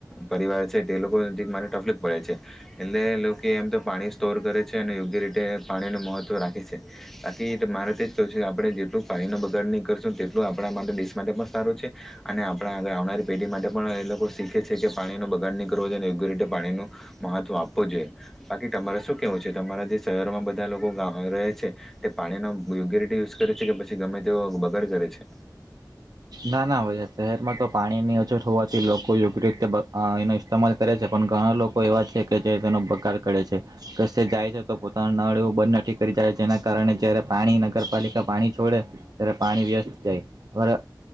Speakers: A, in the centre; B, on the right.
A: પરિવાર છે તે લોકોજી મારે ટફલીક પડે છે એટલે લોકો કે એમ તો પાણી સ્ટોર કરે છે અને યોગ્ય રીતે પાણીનું મહત્વ રાખે છે બાકી મારે તે જ ક છે કે આપણે જેટલું પાણીનો બગાડ નહીં કરશું તેટલું આપણા માટે દિેશ માટે પણ સારું છે અને આપણા આળ આવનારી પેઢી માટે પણ એ લોકો શીખે છે કે પાણીનો બગાડ નહીં કરવો જોઈએ અને યોગ્ય રીતે પાણીનું મહત્વ આપવો જોઈએ બાકી તમારે શું કેવું છે તમારા જે શહેરોમાં બધા લોકો રહે છે તે પાણીનો યોગ્ય રીતે યુઝ કરે છે કે પછી ગમે તેઓ બગડ કરે છે
B: ના નાવે શહેરમાં તો પાણીની અછત હોવાથી લોકો યોગ્ય રીતે એનો ઇસ્માલ કરે છે પણ ઘણા લોકો એવા છે કે જે તેનો બગાડ કરે છે કસે જાય છે તો પોતાના નળ એવું બંધ નથી કરી જાય જેના કારણે જયારે પાણી નગરપાલિકા પાણી છોડે ત્યારે પાણી વ્યસ્ત જાય